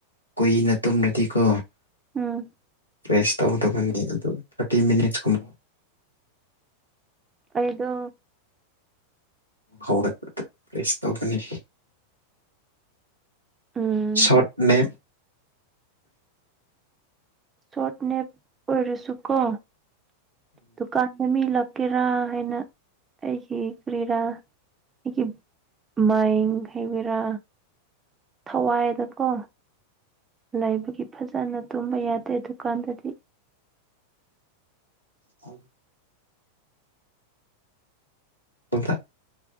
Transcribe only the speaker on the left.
ꯀꯨꯏꯅ ꯇꯨꯝꯅꯗꯤꯀꯣ
ꯄ꯭ꯔꯦꯁ ꯇꯧꯗꯕꯅꯤ ꯑꯗꯨꯣ ꯊꯥꯔꯇꯤ ꯃꯤꯅꯤꯠꯁꯀꯨꯝꯕ
ꯍꯧꯒꯠꯄꯗ ꯄ꯭ꯔꯦꯁ ꯇꯧꯒꯅꯤ
ꯁꯣꯠꯅꯦ
ꯍꯝ ꯆꯜꯇ <inaudible>